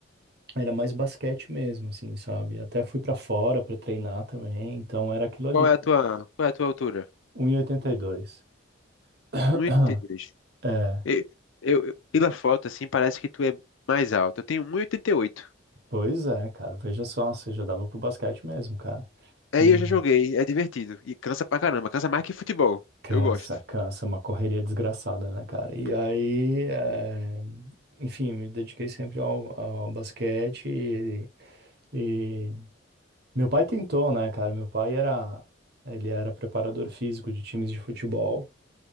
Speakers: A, on the right; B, on the left.
A: era mais basquete mesmo, assim, sabe? Até fui pra fora pra treinar também, então era aquilo ali,
B: Qual é a tua, qual é a tua altura?
A: Um 1,82. <coughs>
B: Um 1,82.
A: É.
B: E, eu, eu- pela foto, assim, parece que tu é mais alto. Eu tenho um e oitenta e oito.
A: Pois é, cara. Veja só, você já dava pro basquete mesmo, cara.
B: Aí
A: E
B: eu já joguei, é divertido. E cansa pra caramba, cansa mais que futebol.
A: cansa,
B: Eu gosto.
A: cansa, é uma correria desgraçada, né, cara? E aí, é, enfim, me dediquei sempre ao, ao basquete e, e meu pai tentou, né, cara? Meu pai era, ele era preparador físico de times de futebol